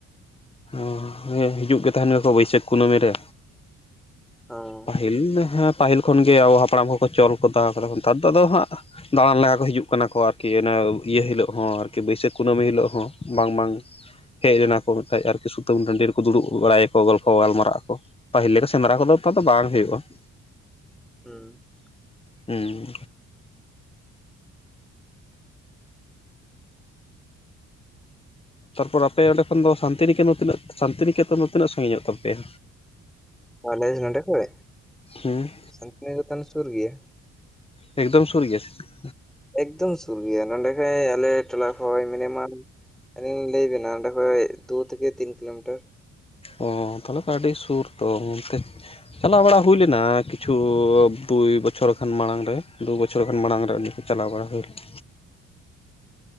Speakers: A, on the left; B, in the centre.
A: ᱦᱩᱸ ᱦᱩᱸ ᱦᱤᱡᱩᱜ ᱜᱮ ᱛᱟᱦᱮᱸᱱ ᱜᱮᱭᱟ ᱠᱚ ᱵᱟᱹᱭᱥᱟᱹᱠᱷ ᱠᱩᱱᱟᱹᱢᱤ ᱨᱮ?
B: ᱦᱩᱸ
A: ᱯᱟᱹᱦᱤᱞ ᱫᱚ ᱦᱮᱸ ᱯᱟᱹᱦᱤᱞ ᱠᱷᱚᱱ ᱜᱮ ᱟᱵᱚ ᱦᱟᱯᱲᱟᱢ ᱠᱚ ᱠᱚ ᱪᱚᱞ ᱠᱚᱫᱟᱣ ᱠᱟᱫᱟ ᱠᱚ ᱱᱮᱛᱟᱨ ᱫᱚ ᱟᱫᱚ ᱦᱟᱸᱜ ᱫᱟᱬᱟᱱ ᱞᱮᱠᱟ ᱠᱚ ᱦᱤᱡᱩᱜ ᱠᱟᱱᱟ ᱠᱚ ᱟᱨᱠᱤ ᱚᱱᱟ ᱤᱭᱟᱹ ᱦᱤᱞᱚᱜ ᱦᱚᱸ ᱟᱨᱠᱤ ᱵᱟᱹᱭᱥᱟᱹᱠ ᱠᱩᱱᱟᱹᱢᱤ ᱦᱤᱞᱚᱜ ᱦᱚᱸ᱾ ᱵᱟᱝ ᱵᱟᱝ ᱦᱮᱡ ᱞᱮᱱᱟ ᱠᱚ ᱢᱮᱛᱟᱡ ᱟᱨ ᱥᱩᱛᱟᱹᱢ ᱴᱟᱺᱰᱤ ᱨᱮ ᱠᱚ ᱫᱩᱲᱩᱵ ᱵᱟᱲᱟᱭᱟ ᱠᱚ ᱜᱚᱞᱯᱷᱚ ᱜᱟᱞᱢᱟᱨᱟᱜ ᱟᱠᱚ ᱯᱟᱹᱦᱤᱞ ᱞᱮᱠᱟ ᱥᱮᱸᱫᱽᱨᱟ ᱠᱚ ᱫᱚ ᱱᱤᱛᱚᱜ ᱫᱚ ᱵᱟᱝ ᱦᱩᱭᱩᱜᱼᱟ᱾ <inaudible>
B: ᱦᱩᱸ᱾
A: ᱦᱩᱸ᱾ ᱛᱟᱨᱯᱚᱨ ᱟᱯᱮ ᱚᱸᱰᱮ ᱠᱷᱚᱱ ᱫᱚ ᱥᱟᱱᱛᱤᱱᱤᱠᱮᱛᱚᱱ ᱛᱤᱱᱟᱹᱜ ᱥᱟᱱᱛᱤᱱᱤᱠᱮᱛᱚᱱ ᱫᱚ ᱛᱤᱱᱟᱹᱜ ᱥᱟᱺᱜᱤᱧ ᱚᱜ ᱛᱟᱯᱮᱭᱟ?
B: ᱟᱞᱮ ᱱᱚᱰᱮ ᱠᱷᱚᱡ
A: ᱦᱩᱸ
B: ᱥᱟᱱᱛᱤᱱᱤᱠᱮᱛᱚᱱ ᱥᱩᱨ ᱜᱮᱭᱟ᱾
A: ᱮᱠᱫᱚᱢ ᱥᱩᱨ ᱜᱮᱭᱟ ᱥᱮ ᱪᱮᱫ?
B: ᱮᱠᱫᱚᱢ ᱥᱩᱨ ᱜᱮᱭᱟ ᱱᱚᱰᱮ ᱠᱷᱚᱡ ᱟᱞᱮ ᱴᱚᱞᱟ ᱠᱷᱚᱡ ᱢᱤᱱᱤᱢᱟᱢ ᱟᱹᱞᱤᱧ ᱞᱤᱧ ᱞᱟᱹᱭ ᱟᱹᱵᱮᱱᱟ ᱚᱸᱰᱮ ᱠᱷᱚᱡ ᱫᱩ ᱛᱷᱮᱠᱮ ᱛᱤᱱ ᱠᱤᱞᱚ ᱢᱤᱴᱟᱹᱨ
A: ᱚ ᱛᱟᱦᱚᱞᱮ ᱛᱚ ᱟᱹᱰᱤ ᱥᱩᱨ ᱛᱚ ᱚᱱᱛᱮ ᱪᱟᱞᱟᱣ ᱵᱟᱲᱟ ᱦᱩᱭ ᱞᱮᱱᱟ ᱠᱤᱪᱷᱩ ᱫᱩᱭ ᱵᱚᱪᱷᱚᱨ ᱠᱷᱟᱱ ᱢᱟᱲᱟᱝ ᱨᱮ ᱫᱩ ᱵᱚᱪᱷᱚᱨ ᱠᱷᱟᱱ ᱢᱟᱲᱟᱝ ᱨᱮ ᱩᱱ ᱪᱟᱞᱟᱣ ᱵᱟᱲᱟ ᱦᱩᱭ ᱞᱮᱱᱟ᱾